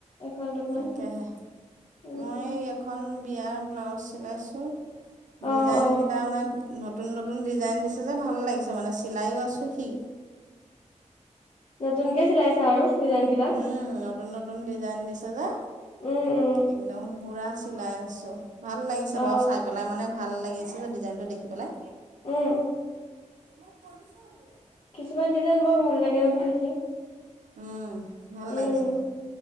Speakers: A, on the left; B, on the right.
A: এখন দুখন
B: তাকেহে
A: উম
B: মই এখন বিয়াৰ ব্লাউজ চিলাইছোঁ
A: অ
B: ডিজাইনকেইটা
A: অ
B: মানে নতুন নতুন ডিজাইন দিছে যে ভাল লাগিছে মানে চিলাইো আছোঁ সি
A: নতুনকে চিলাইছা আৰু ডিজাইন কেইটা
B: উম নতুন নতুন ডিজাইন দিছে যে
A: উম উম
B: একদম পুৰা চিলাই আছোঁ ভাল লাগিছে
A: অ
B: বাৰু চাই পেলাই মানে ভাল লাগিছিল ডিজাইনটো দেখি পেলাই
A: উম
B: মোক পঢ়িব দিয়া
A: কিছুমান ডিজাইন বৰ ভাল লাগে নহয় দেখি
B: উম, ভাল
A: উম
B: লাগিছে